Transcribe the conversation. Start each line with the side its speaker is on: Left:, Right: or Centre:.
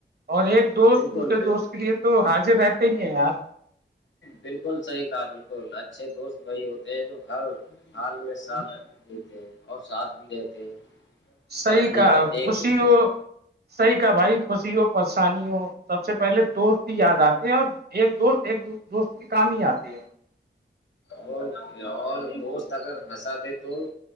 Right: اور ایک دوست
Left: بالکل
Right: دوسرے
Left: بالکل
Right: دوست کے لیے تو حاضر رہتے ہی ہیں آپ
Left: بالکل صحیح کہ بالکل اچھے دوست بی ہوتے ہیں جو ہر حال میں ساتھ دیتے اور ساتھ بھی رہتے
Right: صحی
Left: فرق نہیں
Right: کہ
Left: کرتے ایک
Right: خوشی
Left: دوسرے
Right: ہو
Left: سے
Right: صحیح کہ بھائی خوشی ہو پریشانی ہو سب سے پہلے دوست ہی یاد آتے ہیں اور ایک دوست ایک دو دوست کے کام ہی آتے ہیں
Left: وہ اور دوست اگر ہنسا دے تو